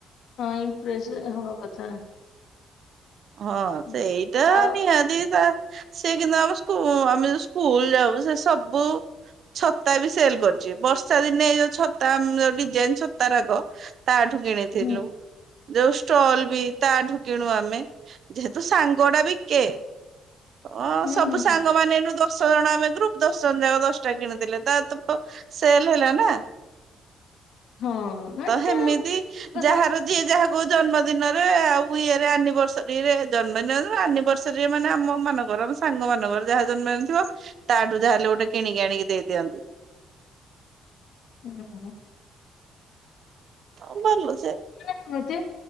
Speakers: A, on the left; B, on the right.
A: ହଁ ଇମ୍ପ୍ରେସ ହବା କଥା।
B: ହଁ
A: ହୁଁ।
B: ସେଇଟା
A: ଆଉ
B: ନିହାତି ତା ସେ କିନ୍ତୁ ଆମ ସ୍କୁ ଆମେ ଯଉ ସ୍କୁଲ ଯାଉ ସେ ସବୁ ଛତା ବି ସେଲ୍ କରିଚି। ବର୍ଷା ଦିନେ ଏଇ ଯୋଉ ଛତା ମ ଡିଜାଇନ ଛତା ରାକ। ତାଠୁ କିଣିଥିଲୁ
A: ହୁଁ
B: ଯୋଉ ଷ୍ଟଲ ବି ତାଠୁ କିଣୁ ଆମେ। ଯେହେତୁ ସାଙ୍ଗ ଟା ବିକେ ଅ
A: ହୁଁ
B: ସବୁ
A: ହୁଁ
B: ସାଙ୍ଗ ସାଙ୍ଗ ମାନେ ଏନୁ ଦଶ ଜଣ ଆମେ ଗ୍ରୁପ ଦଶ ଜଣ ଯାକ ଦଶଟା କିଣି ଦେଲେ। ତା ତପ ସେଲ୍ ହେଲା ନା।
A: ହଁ ହେଟା
B: ତ ହେମିତି ଯାହାର
A: ସାଙ୍ଗ
B: ଯିଏ ଯାହା କୁ ଜନ୍ମ ଦିନରେ ଆଉ ଇଏରେ ଆନିଭର୍ସ ରି ରେ ଜନ୍ମଦିନ ଆନିଭର୍ସରୀରେ ମାନେ ଆମ ମାନଙ୍କର ମୋ ସାଙ୍ଗ ମାନଙ୍କର ଯାହା ଜନ୍ମଦିନ ଥିବ। ତାଠୁ ଯା ହେଲେ ଗୋଟେ କିଣିକି ଆଣିକି ଦେଇଦିଅନ୍ତି।
A: ହୁଁ-ହୁଁ।
B: ଆଉ ଭଲ ସେ।
A: ଏମତି